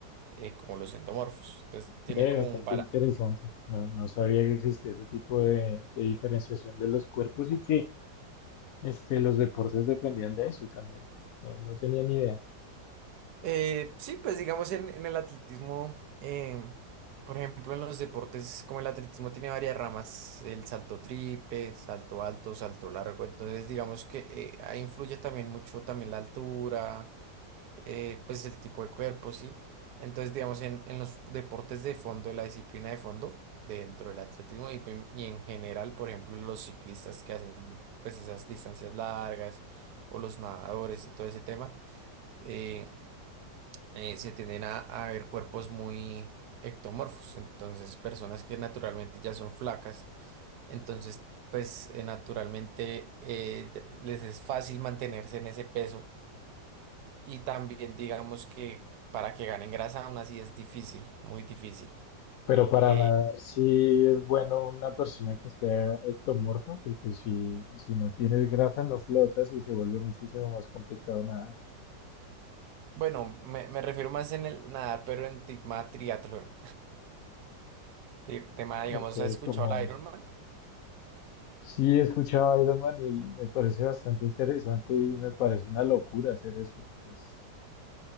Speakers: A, on the right; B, on the left.
A: eh, como los endomorfos. Entonces tienen
B: Ve,
A: como
B: bastante
A: un balance.
B: interesante. No, no sabía que existía ese tipo de, de diferenciación de los cuerpos y que este, los deportes dependían de eso también. No, no tenía ni idea.
A: Eh, sí, pues digamos en, en el atletismo, eh, por ejemplo, en los deportes como el atletismo tiene varias ramas, el salto triple, salto alto, salto largo, entonces digamos que eh, ahí influye también mucho también la altura, eh, pues el tipo de cuerpo, ¿sí? Entonces, digamos, en, en los deportes de fondo, en la disciplina de fondo, dentro del atletismo y, pe- y en general, por ejemplo, los ciclistas que hacen pues esas distancias largas o los nadadores y todo ese tema, eh, eh, se tienden a, a ver cuerpos muy ectomorfos, entonces personas que naturalmente ya son flacas, entonces pues eh, naturalmente eh, ya- les es fácil mantenerse en ese peso y también digamos que para que ganen grasa aún así es difícil, muy difícil.
B: Pero para
A: Eh,
B: nadar sí es bueno una persona que sea ectomorfa, porque si, si no tienes grasa no flotas y se vuelve muchísimo más complicado nadar.
A: bueno, me, me refiero más en el nadar, pero en tema triatlón. <laughs> Te- Tema, digamos,
B: Ok,
A: ¿has escuchado
B: como
A: la Ironman?
B: Sí, he escuchado a Iron Man y me parece bastante interesante y me parece una locura hacer eso. Es